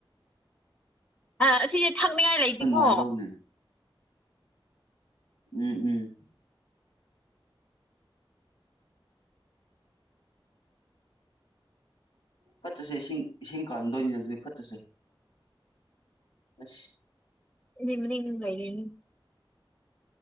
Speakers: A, on the left; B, on the left.
A: ꯑ ꯑꯁꯤꯁꯦ ꯊꯛꯅꯤꯡꯉꯥꯏ ꯂꯩꯇꯦꯀꯣ
B: ꯅꯨꯡꯉꯥꯏꯒꯗꯧꯕꯅꯦ ꯎꯝ ꯎꯝ ꯐꯠꯇꯁꯦ ꯏꯁꯤꯡ ꯏꯁꯤꯡ ꯀꯥꯟꯗꯣꯏꯅꯤꯅ ꯑꯗꯨꯗꯤ ꯐꯠꯇꯁꯦ ꯑ
A: ꯏꯃꯤꯅꯤꯡ ꯂꯩꯥꯏꯔꯅꯤ